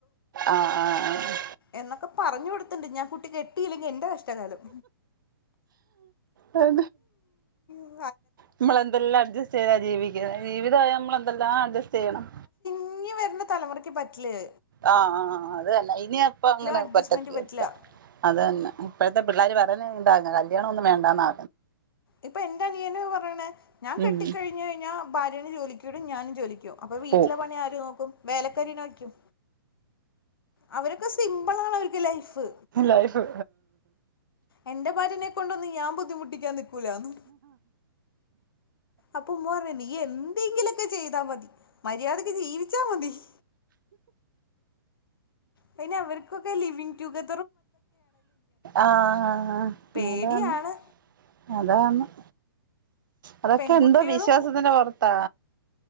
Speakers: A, on the right; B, on the left.
A: ആഹ് ആഹ് ആഹ്
B: എന്നൊക്കെ പറഞ്ഞ കൊടുത്തിണ്ട് ഞാൻ കുട്ടി കെട്ടിയില്ലങ്ക എന്റെ കഷ്ട ാലും
A: അതെ
B: <unintelligible>
A: നമ്മളെന്തെല്ലാം അഡ്ജസ്റ്റ് ചെയ്താ ജീവിക്കന്നേ ജീവിതമായാ നമ്മളെ ന്തെല്ലാം അഡ്ജസ്റ്റ് ചെയ്യണം
B: ഇങ്ങി വരുന്ന തലമുറക്ക് പറ്റില്യേ
A: ആഹ് ആഹ് അതന്നെ ഇനി അപ്പ അങ്ങനെ
B: അഡ്ജസ്റ്റ്മെന്റ്
A: പറ്റത്തില്ല
B: പറ്റില്ല
A: അത് തന്നെ ഇപ്പഴത്തെ പിള്ളേരു പറ അെ <unintelligible> ഉണ്ടാ കല്യാണം ഒന്ന വേണ്ടാന്നു
B: ഇപ്പൊ എന്താ നിയന പറയണ ഞാൻ കെട്ടിക്കയിഞ്ഞു
A: ഉം
B: കഴിഞ്ഞാ ഭാര്യെനെ ജോലിയ്ക്ക് വിടും ഞാനും ജോലിപോകും അപ്പൊ വീട്ടിലെ
A: പോവും
B: പണി ആര് നോക്കും വേലകാരീനെ വക്കും അവരൊക്കെ സിമ്പിൾ ആണ് അവരക്കെ ലൈഫ്
A: ലൈഫ്
B: എന്റെ ഭാര്യേനെ കൊണ്ടന്ന് ഞാൻ ബുദ്ധിമുട്ടികാൻ നിക്കൂലാന്ന് അപ്പൊ ഉമ്മ പറയുവാ നീ എന്തെങ്കിലും ക്ക് ചെയ്താൽ മതി- മര്യാദയ്ക്ക് ജീവിച്ചാ മതി- പിന്നെ അവർക്കൊക്കെ ലിവിങ് ടൂ ഗെ
A: ആഹ്
B: പേടിയാണ്
A: അത അന്ന് അതെ അന്ന്- അതൊക്കെ
B: പെൺകുട്ടികളും
A: എന്തോ വിശ്വാസത്തിൻ്റെ പൊറത്താ?